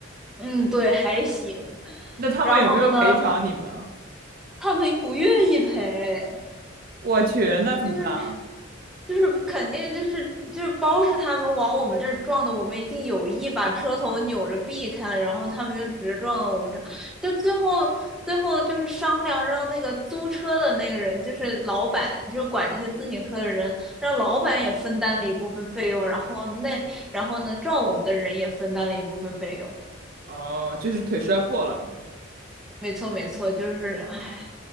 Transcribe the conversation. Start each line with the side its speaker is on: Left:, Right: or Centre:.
Centre: 嗯，对，还行。
Right: 那他们有没有赔偿你们？
Centre: 然后呢，他们不愿意赔，
Right: 我去，那怎么办啊？
Centre: 就是。就是肯定就是就是包是他们往我们这儿撞的，我们已经有意把车头扭着避开了，然后他们就直接撞到我们这儿，就最后最后就是商量让那个租车的那个人，就是老板，就是管这些自行车的人，让老板也分担了一部分费用，然后那然后呢撞我们的人也分担了一部分费用，
Right: 哦，就是腿摔破了，
Centre: 没错没错，就是唉，